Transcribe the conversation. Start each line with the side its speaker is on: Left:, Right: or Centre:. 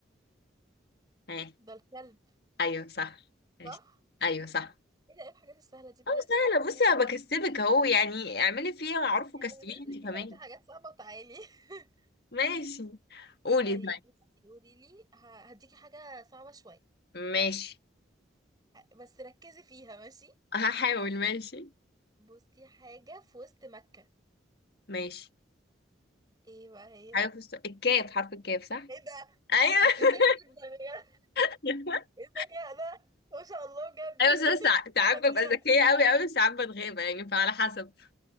Left: ها
Right: ده الكلب
Left: ايوه صح ماشي
Right: صح
Left: ايوه صح
Right: ايه ده ايه الحاجات السهلة دي بعد
Left: اه
Right: اذنك
Left: سهلة
Right: هاتي حاجات
Left: بصي انا
Right: اصعب
Left: بكسبك اهو
Right: طيب.
Left: يعني اعملي فيها معروف
Right: يعني
Left: وكسبيني
Right: بعد اذنك
Left: انت كمان
Right: هاتي حاجات صعبة وتعالي <laughs>
Left: ماشي قولي
Right: طيب
Left: طيب
Right: بصي قولي لي ه- هديكي حاجة صعبة شوية
Left: ماشي
Right: ه- بس ركزي فيها ماشي
Left: هحاول ماشي
Right: بصي حاجة في وسط مكة
Left: ماشي
Right: ايه بقى هي
Left: حاجة
Right: ايه
Left: في الص- الكاف حرف الكاف صح
Right: ده ده
Left: ايوه
Right: الذكاء جدا بجد
Left: <laughs>
Right: ايه الذكاء ده ما شاء الله بجد
Left: ايوه بس انا ساع-
Right: <laughs>
Left: ساعات
Right: مدينة
Left: ببقى ذكية قوي قوي ساعات بتغيب يعني فعلى حسب